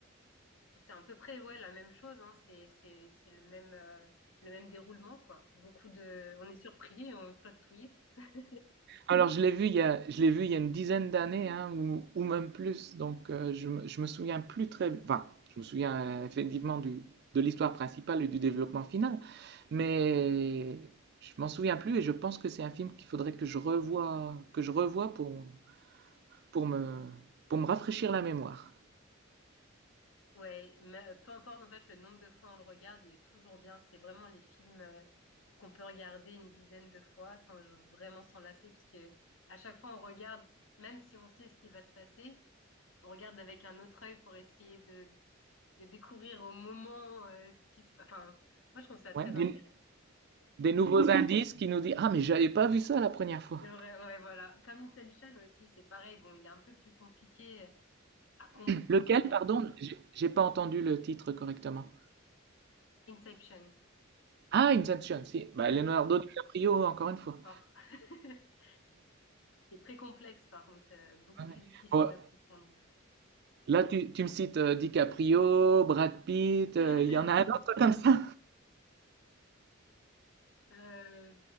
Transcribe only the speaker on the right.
Alors, je l'ai vu il y a, je l'ai vu il y a une dizaine d'années, hein, ou, ou même plus. Donc, euh, je, me- je me souviens plus très, enfin, je me souviens euh, effectivement du, de l'histoire principale et du développement final, mais je m'en souviens plus et je pense que c'est un film qu'il faudrait que je revoie, que je revoie pour, pour me, pour me rafraîchir la mémoire.
Ouais, des,
des nouveaux indices qui nous disent, ah, mais j'avais pas vu ça la première fois.
Lequel,
pardon? J'ai j'ai pas entendu le titre correctement.
Ah, Inception, si. Bah,
Leonardo DiCaprio, encore une fois.
Ouais.
Bon,
là, tu, tu me cites euh, DiCaprio, Brad Pitt,
euh, il y en a un autre comme ça.